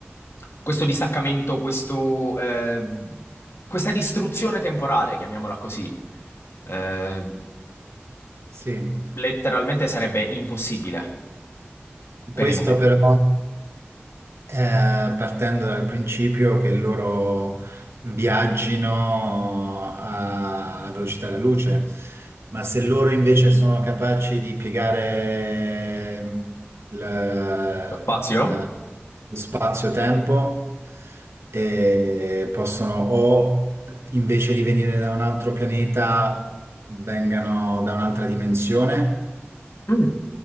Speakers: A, on the left; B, on the right.
A: questo distaccamento, questo, eh, questa distruzione temporale, chiamiamola così. Eh,
B: sì.
A: letteralmente sarebbe impossibile
B: Questo
A: per il momento.
B: però. Eh, partendo dal principio che loro viaggino a- alla velocità della luce, ma se loro invece sono capaci di piegare la-
A: Lo spazio?
B: la- lo spazio-tempo, eh, possono o invece di venire da un altro pianeta vengano da un'altra dimensione
A: Mm.